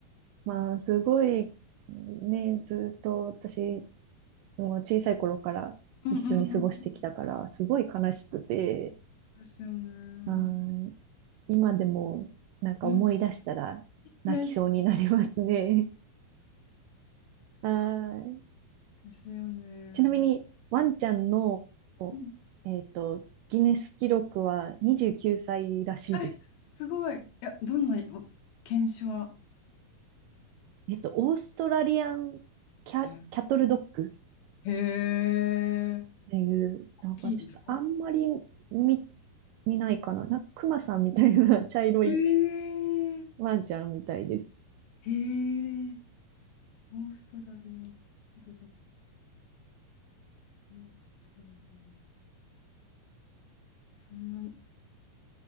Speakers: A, on the right; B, on the left.
A: まあ、すごい、ね、ずっと私、もう小さい頃から一緒に過ごしてきたから、
B: うんうんうんうん
A: すごい悲しくて、
B: ですよね。
A: うん、今でもなんか思い出したら泣きそうになりますね。
B: うん。泣いちゃ
A: <laughs> はい
B: うですよね。
A: ちなみに、ワンちゃんの、
B: うん
A: えっと、ギネス記録は29歳らしいです。
B: えすごい。いや、どんなお犬種は
A: えっと、オーストラリアンキャ、
B: え
A: キャトルドッグ
B: へえ。
A: っていう、
B: 大きいですか
A: なんかちょっとあんまり見、見ないかな。なんかクマさんみたいな <laughs> 茶色い
B: へえ。
A: ワンちゃんみたいです。
B: へえ。オーストラリアンケトルド。オーストラリアン。そんな、